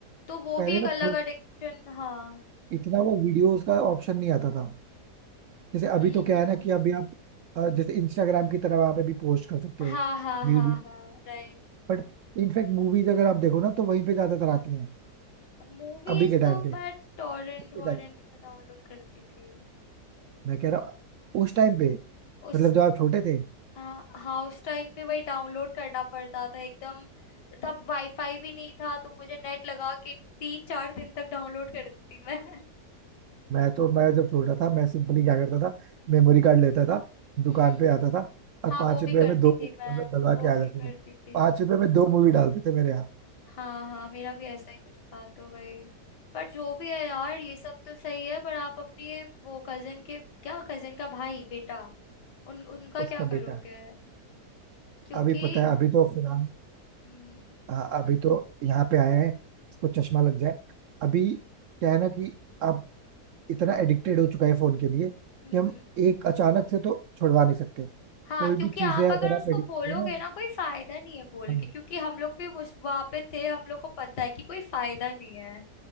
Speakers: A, on the left (about 85°); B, on the right (about 70°).
A: तो वो
B: पहले
A: भी एक
B: ना
A: अलग
B: फुल-
A: एडिक्शन हाँ
B: इतना वो वीडियोस का ऑप्शन नहीं आता था जैसे अभी
A: हम्म हम्म
B: तो क्या है ना
A: हम्म।
B: कि अभी आप अ, जैसे इंस्टाग्राम की तरह वहां पे भी पोस्ट कर सकते
A: हाँ
B: हो
A: हाँ
B: वीडियो
A: हाँ हाँ राइट
B: बट इनफैक्ट मूवीज अगर आप देखो ना तो वहीं पे ज्यादातर आती हैं
A: मूवीज
B: अभी के टाइम
A: तो
B: पे
A: मैं टॉरेंट
B: के
A: वॉरेंट
B: टाइम
A: में डाउनलोड करती थी
B: मैं कह रहा हूँ उस टाइम पे
A: उस
B: मतलब जब आप छोटे थे
A: हाँ हाँ उस टाइम पे वही डाउनलोड करना पड़ता था एकदम तब वाईफाई भी नहीं था तो मुझे नेट लगा के तीन चार दिन तक डाउनलोड करती थी मैं <laughs>
B: मैं तो मैं जब छोटा था मैं सिंपली क्या करता था मेमोरी कार्ड लेता था दुकान
A: हम्म
B: पे आता था और
A: हाँ
B: पांच
A: वो भी
B: रुपए
A: करती
B: में दो
A: थी
B: मूवी
A: मैं
B: डलवा
A: वो
B: के
A: भी
B: आ जाता
A: करती
B: था
A: थी
B: पांच
A: हाँ।
B: रुपए में दो मूवी डालते थे मेरे यहाँ
A: हाँ हाँ मेरा भी ऐसा ही कुछ था तो भाई पर जो भी है यार ये सब तो सही है पर आप अपनी ये वो कजन के क्या कजन का भाई बेटा उन उनका
B: उसका
A: क्या करोगे
B: बेटा
A: क्योंकि
B: अभी पता है अभी तो फिलहाल
A: हम्म
B: अ, अभी तो यहाँ पे आए हैं इसको चश्मा लग जाए अभी
A: हम्म
B: क्या है ना कि अब इतना एडिक्टेड हो चुका है फोन के लिए कि
A: हम्म,
B: हम एक अचानक से तो छुड़वा नहीं सकते
A: हाँ
B: कोई
A: क्योंकि
B: भी चीज
A: आप
B: है
A: अगर
B: अगर
A: उसको
B: आप एडिक्टेड
A: बोलोगे
B: हो ना
A: ना कोई फायदा नहीं है बोल
B: हाँ,
A: के क्योंकि हम लोग भी उस वहां पे थे हम लोग को पता है कि कोई फायदा नहीं है